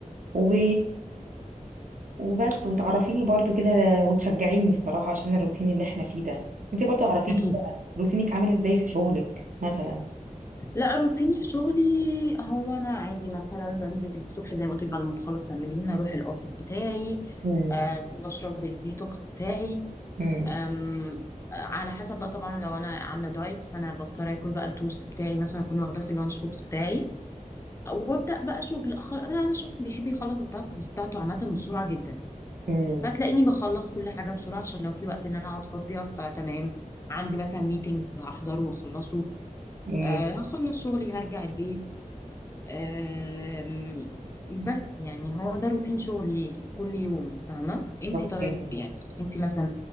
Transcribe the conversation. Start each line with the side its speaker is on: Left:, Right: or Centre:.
Right: و وبس وتعرفيني برضو كده ل- وتشجعيني الصراحة عشان الروتين اللي احنا فيه ده انت برضو عرفيني
Left: اكيد
Right: كده روتينك عامل ازاي في شغلك مثلا
Left: لا روتيني في شغلي هو انا عادي مثلا بنزل الصبح زي ما قلت لك بعد ما بخلص تمرين اروح الاوفيس بتاعي
Right: امم
Left: أه بشرب الديتوكس بتاعي
Right: امم
Left: أم على حسب بقى طبعا لو انا عامله دايت فانا بضطر اكل بقى التوست بتاعي مثلا اكون واخداه في اللانش بوكس بتاعي وابدا بقى شغل خل... انا أنا شخص بيحب يخلص التاسكس بتاعته عامه بسرعه جدا
Right: امم
Left: فتلاقيني بخلص كل حاجه بسرعه عشان لو في وقت ان انا اقعد فاضيه فتمام عندي مثلا ميتنج هحضره واخلصه
Right: امم
Left: آه هخلص شغلي هرجع البيت آه بس يعني هو ده روتين شغلي كل يوم فاهمة انتي
Right: اوكي
Left: طيب يعني انتي مثلا